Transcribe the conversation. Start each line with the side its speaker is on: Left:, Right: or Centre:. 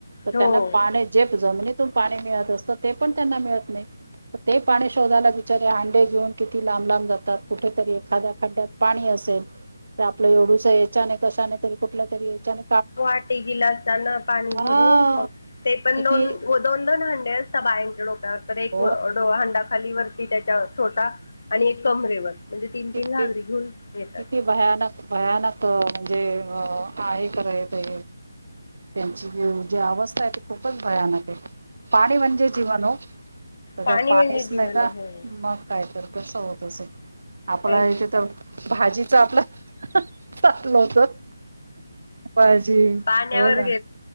Right: तर
Left: हो
Right: त्यांना पाणी जेप जमिनीत तुन पाणी मिळत असतं ते पण त्यांना मिळत नाही. ते पाणी शोधायला बिचारे हांडे घेऊन किती लांब लांब जातात कुठेतरी एखाद्या खड्ड्यात पाणी असेल तर आपलं एवढुस याच्याने कशाने तरी कुठल्या तरी ह्याच्यान
Left: वाटी, गिलासान पाणी भरून
Right: हा
Left: मग ते पण
Right: किती
Left: दोन घोट दोन-दोन हंडे असता बायांच्या डोक्यावर तर एक
Right: हो
Left: हांडा खाली वरती त्याच्या वर छोटा आणि एक कमरेवर. म्हणजे तीन-तीन
Right: किती
Left: घागरी घेऊन येतात.
Right: किती भयानक भयानक म्हणजे आहे खर इथ ते. त्यांची जी अवस्था आहे त खूपच भयानक आहे. पाणी म्हणजे जीवन हो, तर
Left: पाणी
Right: पाणीच
Left: म्हणजे जीवन
Right: नाही तर
Left: आहे हो.
Right: मग काय तर. कस होत असेल. आपला
Left: काही
Right: इथे तर भाजीच आपलं साठलं होत. भाजी
Left: पाण्यावर
Right: हो ना